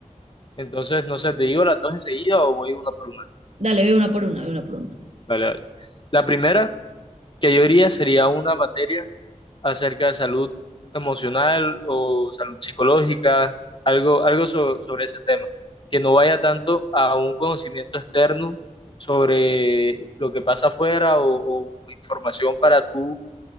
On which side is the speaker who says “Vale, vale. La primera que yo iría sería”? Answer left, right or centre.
Left